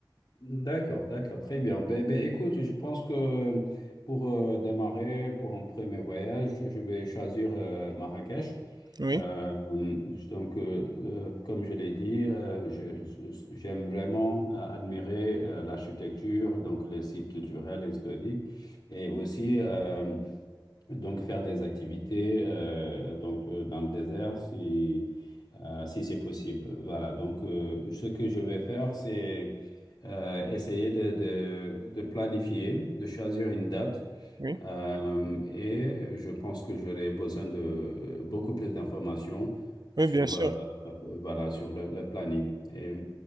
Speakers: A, on the left; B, on the right.
A: D'accord, d'accord, très bien. Ben, ben, écoute, je pense que pour euh, démarrer, pour un premier voyage, je vais choisir euh, Marrakech.
B: Oui,
A: Euh, euh, donc, euh, euh, comme je l'ai dit, euh, je- je- j'aime vraiment euh, admirer euh, l'architecture, donc les sites culturels et historiques, et aussi euh, donc faire des activités euh, donc euh, dans le désert si euh, si c'est possible. Voilà. Donc, euh, ce que je vais faire, c'est euh, essayer de, de- de planifier, de choisir une date.
B: oui,
A: euh, et je pense que j'aurai besoin de beaucoup plus d'informations
B: oui,
A: sur,
B: bien sûr.
A: euh, euh, voilà, sur le, le planning. Et,